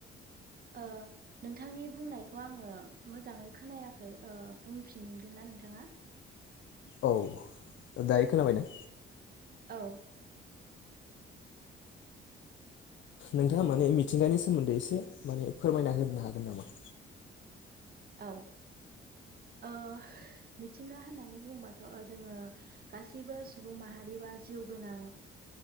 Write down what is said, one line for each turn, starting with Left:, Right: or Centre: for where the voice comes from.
Right: ओह नोंथांनि बुंनायखौ आङो मोजाङै खोनायाखै ओ बुंफिनगोन ना नोंथाङा?
Left: औ दायो खोनाबायना?
Right: औ
Left: नोंथाङा माने मिथिंगानि सोमोन्दै एसे माने फोरमायना होनो हागोन नामा
Right: औ ओ मिथिंगा होननानै बुङोबाथ' जोङो गासैबो सुबुं माहारिबा जिउओ गोनां